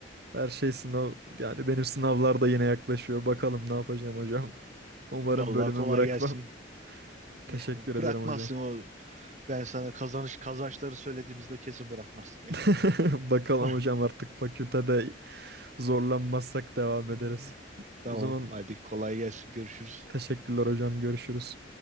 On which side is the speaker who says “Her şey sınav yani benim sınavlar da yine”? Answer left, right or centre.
Right